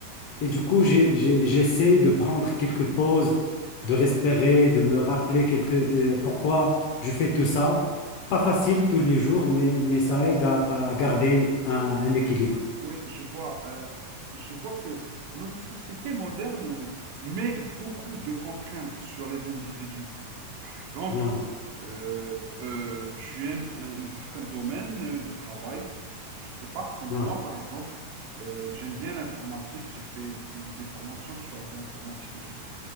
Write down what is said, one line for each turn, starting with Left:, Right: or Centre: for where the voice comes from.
Left: Et
Right: ouais.
Left: du coup, j'ai- j'ai- j'essaie de prendre quelques pauses, de respirer, de me rappeler quelques, euh, pourquoi je fais tout ça. Pas facile tous les jours, mais, mais ça aide à, à garder un, un équilibre.
Right: Oui, je vois. euh, je vois que notre société moderne euh, met beaucoup de contraintes sur les individus. Par exemple,
Left: Ouais,
Right: euh, euh, tu aimes un, un certain domaine euh, de travail. Je ne sais pas, comme
Left: ouais,
Right: moi, par exemple, euh, j'aime bien l'informatique. J'ai fait des formations sur de l'informatique et tout ça.